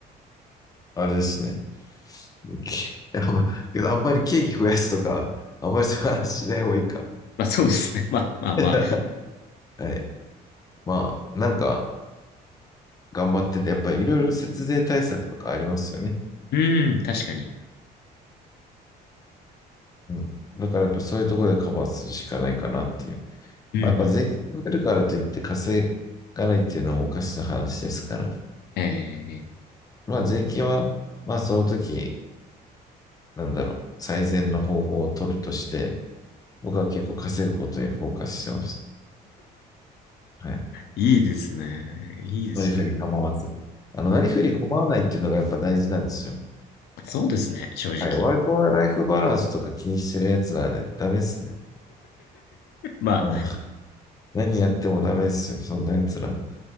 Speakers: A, on the left; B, on the left.
A: あれですね。<laughs> あんまあんまりケーキ増やすとか、あんまりそういう話しない方がいいか。
B: まあそうですね。<laughs> まあまあまあ。
A: <laughs> はい。まあ、なんか頑張ってて、やっぱりいろいろ節税対策とかありますよね。
B: うん、確かに。
A: うん。だからやっぱそういうところでカバーするしかないかなっていう。
B: うん、
A: まあ、
B: うん、
A: やっぱ税金かけるからといって稼がないっていうのもおかしな話ですから。
B: ええ、
A: まあ税金は、まあその時、なんだろう、最善の方法を取るとして、僕は結構稼ぐことにフォーカスしてました。はい。
B: いいですね。いいですね。
A: なりふり構わず。あの、なりふり構わないっていうのがやっぱ大事なんですよ。
B: そうですね、正直。
A: はい。ワークライフバランスとか気にしてる奴らね、ダメっすね。
B: まあ、
A: あの、何やってもダメっすよ。そんな奴ら。